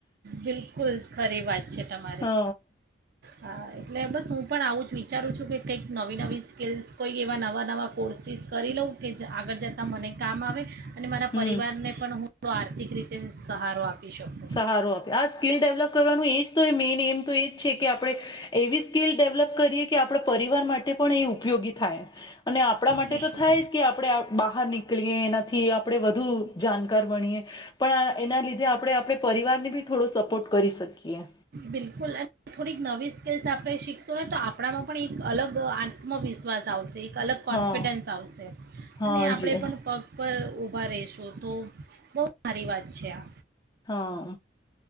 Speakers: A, on the right; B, on the left.
A: બિલકુલ ખરી વાત છે તમારી
B: હઅ
A: હા એટલે બસ હું પણ આવું જ વિચારું છું કે કંઈક નવી નવી સ્કિલ્સ કોઈ એવા નવા નવા કોર્સિસ કરી લઉં કે આગળ જતાં મને કામ આવે અને મારા
B: હમ
A: પરિવાર ને પણ હું થોડો આર્થિક રીતે સહારો આપી શકું
B: સહારો આપી આ સ્કીિલ ડેવલપ કરવાનું એજ તો મેઇન એમ તો એ જ છે કે આપણે એ આવી સ્કીલ ડેવલપ કરીએ કે આપણા પરિવાર માટે પણ એ ઉપયોગી થાય અને આપણા માટે
A: બિલકુલ
B: તો થાય જ કે આપણે બહાર નીકળીએ એના થી આપણે વધુ જાણકાર બણીએ પણ એના લીધે આપણે આપણે પરિવારને બી થોડો સપોર્ટ કરી શકીએ
A: બિલકુલ અને થોડીક નવી સ્કિલ્સ આપણે શીખશું ને તો આપણામાં પણ એક અલગ આત્મવિશ્વાસ આવશે એક અલગ કોન્ફિડન્સ
B: હા
A: આવશે
B: હા
A: અને આપણે
B: જી
A: પણ પગ પર ઉ ઉભા રહેશો તો બો હારી વાત છે આ
B: હા